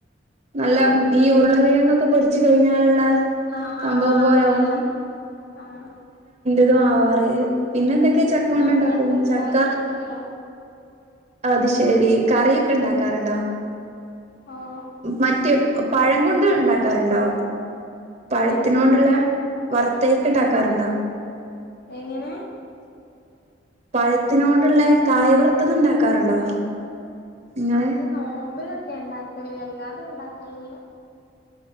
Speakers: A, on the right (about 40°); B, on the left (about 55°).
A: നല്ല ഈ ഉരുളൻ കിഴങ്ങൊക്കെ പൊരിച്ച് കഴിഞ്ഞാ ുള്ള
B: ആഹ്
A: സംഭവം
B: ആഹ്
A: പോലെകും
B: അങ്ങനാണ് ആഹ്
A: ഇത ആവാറ് പിന്നെ എന്തൊക്കെയ
B: ആഹ്
A: ചക്ക കൊണ്ടുണ്ടാക്കും
B: ഞാൻ പിന്നെ ഇണ്ടാക്കിട്ടില്ല
A: ചക്ക അത് ശെരി കറിയൊക്കെ ഉണ്ടാക്കാറുണ്ടോ
B: ഓഹ്
A: മറ്റ പഴം കൊണ്ട് ഉണ്ടാക്കാറുണ്ടോ പഴത്തിനൊണ്ടുള്ള
B: എന്ത്
A: വറത്ത ണ്ടാകാറുണ്ടോ
B: എങ്ങനെ
A: പഴത്തിന കൊണ്ടുള്ള കായവൃത്തത ഉണ്ടാക്കാറുണ്ടോ നിങ്ങള്
B: അത് നോമ്പിനൊക്കെ ഉണ്ടാക്കരു അല്ലാതും ഉണ്ടാക്കലില്ല